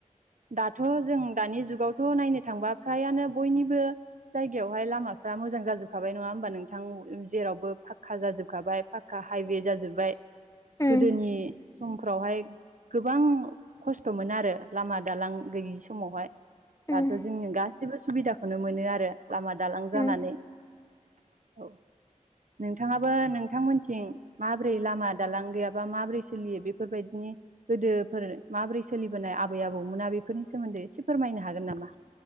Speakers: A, on the right; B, on the left.
A: दाथ' जों दानि जुगावथ' नायनो थांबा फ्रायानो बयनिबो जायगायावहाय लामाफ्रा मोजां जाजोबखाबाय नङा होमबा नोंथां जेरावबो फाक्का जाजोबखाबाय फा खा हाइवे जाजोबबाय।
B: उम
A: गोदोनि समफ्रावहाय गोबां खस्थ'मोन आरो लामा दालां गैयि समावहाय
B: उम
A: दाथ' जोंनि गासिबो सुबिदाखौनो मोनो आरो लामा दालां जानानै।
B: उम <inaudible>
A: औ नोंथाङाबो नोंथांमोनथिं माबोरै लामा दालां गैयाबा माबोरै सोलियो बेफोरबायदिनि गोदोफोर माबोरै सोलिबोनाय आबै आबौमोना बेफोरनि सोमोन्दै एसे फोरमायनो हागोन नामा?